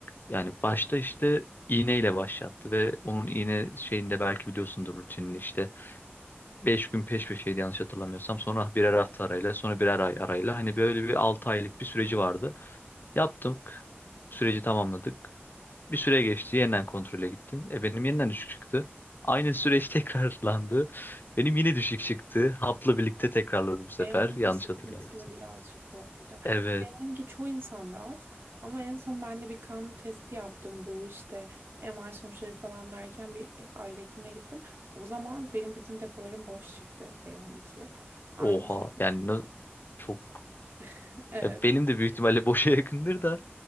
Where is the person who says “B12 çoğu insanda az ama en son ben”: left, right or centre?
Right